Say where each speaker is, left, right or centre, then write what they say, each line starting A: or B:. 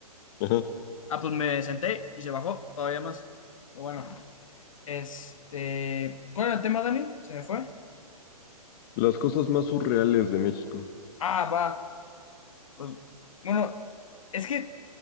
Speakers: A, on the left; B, on the left.
A: Ajá.
B: Ah, pues me senté y se bajó todavía más. Pero bueno, este, ¿cuál era el tema, Dani? Se me fue.
A: Las cosas más surreales de México.
B: Ah, va, pues, bueno, es que